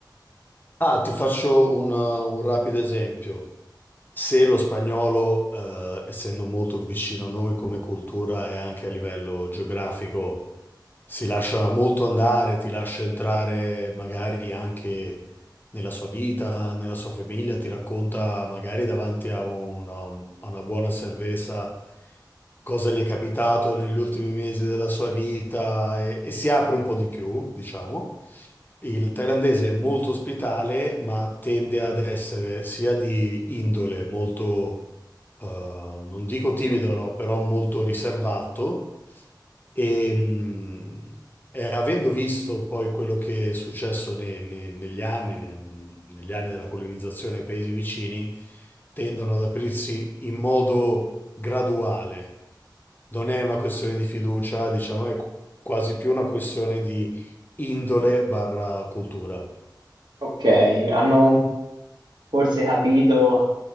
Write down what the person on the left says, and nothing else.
ah, ti faccio un un rapido esempio. se lo spagnolo, eh, essendo molto vicino a noi come cultura e anche a livello geografico, si lascia molto andare, ti lascia entrare magari anche nella sua vita, nella sua famiglia, ti racconta magari davanti a una, a una buona cerveza cosa gli è capitato negli ultimi mesi della sua vita e, e si apre un po' di più, diciamo. Il thailandese è molto ospitale, ma tende ad essere sia di indole molto, eh, non dico timido, no, però molto riservato e, mh, eh, avendo visto poi quello che è successo ne- ne- negli anni, ne- negli anni della colonizzazione ai paesi vicini, tendono ad aprirsi in modo graduale. Non è una questione di fiducia, diciamo, è qu- quasi più una questione di indole barra cultura.